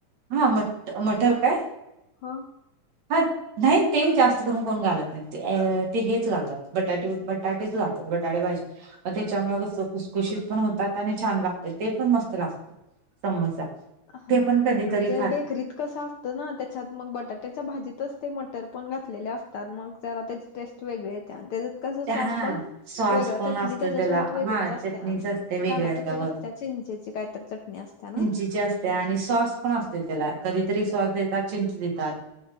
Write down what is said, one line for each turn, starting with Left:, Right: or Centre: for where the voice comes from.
Right: हा म मटर काय.
Left: हां,
Right: हात. नाही ते जास्त करून कोण घालत नाही ते हेच घालतात बटाटे बटाटेच घालतात बटाटे भाजी. अ त्याच्यामुळे कस खुसखुशीत पण होतात आणि छान लागत ते पण मस्त लागत. समोसा.
Left: हा म्हणजे
Right: कधीतरी खात
Left: बेकरीत कसा. तर ना त्याच्यात मग बटाट्याच्या भाजीतच ते मटर पण घातलेले असतात मग जरा तेच. टेस्ट वेगळे येत तिच्यात. कस
Right: हा
Left: सॉस पण
Right: सॉस
Left: वेगळ
Right: पण
Left: चटणी
Right: असतो
Left: त्याच्यासोबत
Right: त्याला
Left: वेगळीच
Right: हा
Left: असते
Right: चटणीच असते वेगळे
Left: टमॅटो
Right: असल्यावर
Left: नस''--'' त्या चिंचेची कायत चटणी असत्या ना.
Right: चिंचे ची असते आणि सॉस पण असते त्याला कधीतरी सॉस देतात चिंच देतात.